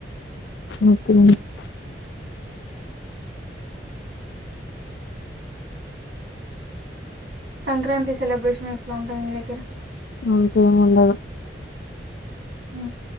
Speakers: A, on the left; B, on the right.
A: ఓకే
B: సంక్రాంతి సెలబ్రేషన్ ఎట్లా ఉంటుంది మీ దగ్గర
A: అంతేమి ఉండదు
B: ఉమ్